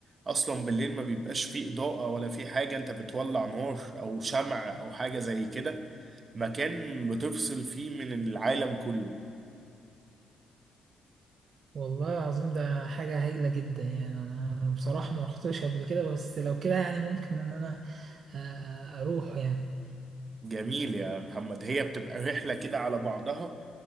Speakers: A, on the right; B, on the right.
A: اصلا بالليل ما بيبقاش فيه اضاءة ولا فيه حاجة انت بتولع نار او شمع او حاجة زي كده مكان بتفصل فيه من العالم كله
B: والله العظيم ده حاجة هايلة جدا يعني أنا بصراحة ما رحتش قبل كده بس لو كده يعني ممكن إن أنا آه، أروح يعني
A: جميل يا محمد هي بتبقى رحلة كده على بعضها